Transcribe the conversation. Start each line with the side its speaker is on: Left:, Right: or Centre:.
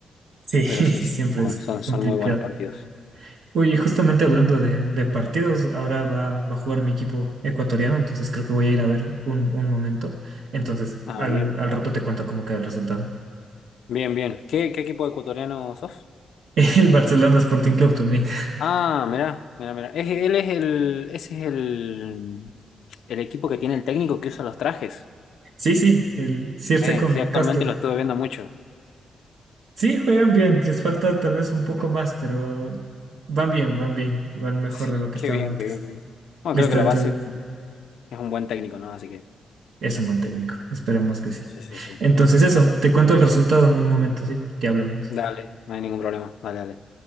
Right: sí, <laughs> siempre
Left: pero sí, sí,
Right: es
Left: son,
Right: complicado.
Left: son muy buenos partidos.
Right: Uy, y justamente hablando de, de partidos, ahora va, va a jugar mi equipo ecuatoriano, entonces creo que voy a ir a ver un, un momento. Entonces,
Left: Ah,
Right: al,
Left: bien.
Right: al rato te cuento cómo queda el resultado.
Left: Bien, bien. ¿Qué, qué equipo ecuatoriano sos?
Right: <laughs> El Barcelona Sporting Club también. <laughs>
Left: Ah, mirá, mirá, mirá. Es- él es el, ese es el, el equipo que tiene el técnico que usa los trajes.
Right: Sí, sí, el Circe
Left: Eh,
Right: con
Left: sí, actualmente
Right: Castro.
Left: lo estuve viendo mucho.
Right: Sí, juegan bien, les falta tal vez un poco más, pero van bien, van bien, van mejor
Left: <laughs>
Right: de lo que
Left: Qué
Right: estaban
Left: bien,
Right: antes.
Left: qué bien, qué bien. Bueno,
Right: Listo,
Left: creo que la
Right: entonces
Left: base es un buen técnico, ¿no? Así que,
Right: es un buen técnico, esperemos que sí.
Left: sí, sí, sí.
Right: Entonces eso, te cuento el resultado en un momento, sí, ya hablamos.
Left: Dale, no hay ningún problema. Dale, dale.